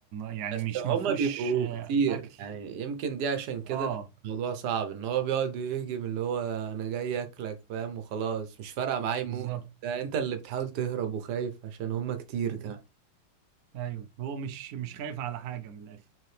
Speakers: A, on the right (about 80°); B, on the right (about 65°).
A: يعني
B: بس
A: مش
B: هما
A: مفهوش
B: بيبقوا
A: آه،
B: كتير
A: اكل
B: يعني يمكن دي عشان كده
A: اه
B: بيبقى الموضوع صعب ان هو بيقعد يهجم اللي هو انا جاي اكلك فاهم وخلاص مش فارقه معايا
A: بالظبط
B: موت ده انت اللي بتحاول تهرب وخايف عشان هما كتير
A: مم.
B: كمان
A: ايوه هو مش مش خايف على حاجة من الاخر